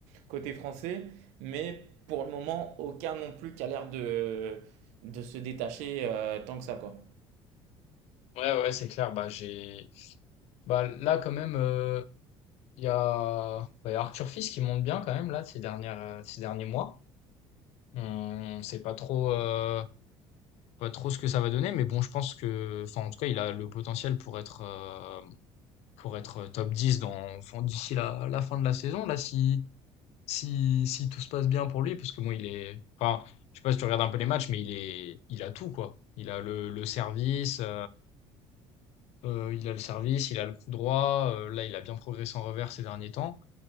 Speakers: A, on the right; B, on the left.
A: côté français, mais pour le moment, aucun non plus qui a l'air de de se détacher euh, tant que ça, quoi.
B: Ouais, ouais, c'est clair. Bah j'ai. Bah là quand même, euh, il y a. bah, il y a Arthur Fils qui monte bien quand même là ces dernières euh, ces derniers mois. On sait pas trop euh, pas trop ce que ça va donner, mais bon, je pense que. Enfin, en tout cas, il a le potentiel pour être euh, pour être euh, top 10 dans enfin, d'ici la la fin de la saison là si. Si si tout se passe bien pour lui, parce que bon, il est enfin, je sais pas si tu regardes un peu les matchs, mais il est il a tout quoi. Il a le le service, heu heu, il a le service, il a le coup droit, heu, là, il a bien progressé en revers ces derniers temps.